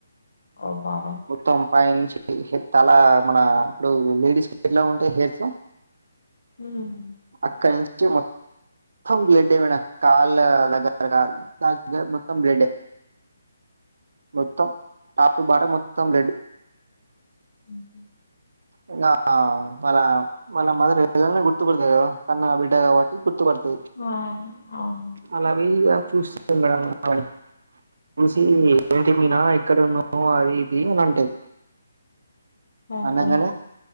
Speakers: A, on the left; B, on the right.
A: ఓ బాబా
B: మొత్తం పైనుంచి తల మన ఇప్పుడు లేడీస్ కి ఎట్లా ఉంటాయి హెయిర్ స్
A: అవునా
B: అక్కడి నుంచి మొత్తం బ్లడ్ డే మేడం కాళ్ళ దగ్గర <unintelligible> మొత్తం బ్లడ్ డే మొత్తం టాప్ టూ బాటం మొత్తం రెడ్
A: <unintelligible>
B: ఇంగ వల్ల వల్ల మదర్ ఎలా అయినా గుర్తుపడ్తది కదా కన్నా బిడ్డ కాబట్టి గుర్తుపడుత పు
A: ఆ అవును
B: అలాగే ఇగ చూస్తది మేడం ఆమెని చూసి ఏంటి మీనా ఇక్కడ ఉన్నావ్ అది ఇది ఇమాను ఉంటాది
A: ఓకే
B: అనంగనే